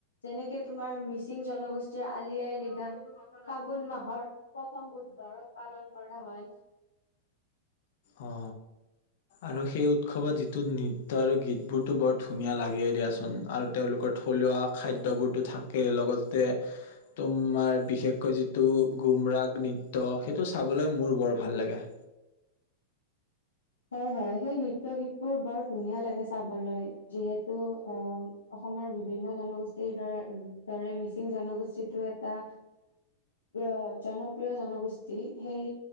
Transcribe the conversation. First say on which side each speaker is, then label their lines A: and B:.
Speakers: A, on the left; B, on the left.
A: যেনেকে তোমাৰ মিচিং জনগোষ্ঠীৰ আলি আই লৃগা, ফাগুন মাহৰ প্ৰথম বুধবাৰত পালন কৰা হয়।
B: অ আৰু সেই উৎসৱত যিটো নৃত্্য আৰু গীতবোৰতো বৰ ধুনীয়া লাগেই দিয়াচোন আৰু তেওঁলোকৰ থলুৱা খাদ্যবোৰতো থাকে লগতে তোমাৰ বিশেষকৈ যিটো গুমৰাগ নৃত্য সেইটো চাবলৈ মোৰ বৰ ভাল লাগে।
A: হয় হয় সেই নৃত্য গীতবোৰ বৰ ধুনীয়া লাগে চাবলৈ যিহেতু আহ অসমৰ বিভিন্ন জনগোষ্ঠীৰ দৰে দৰে মিচিং জনগোষ্ঠীটো এটা আহ জনপ্ৰিয় জনগোষ্ঠী, সেই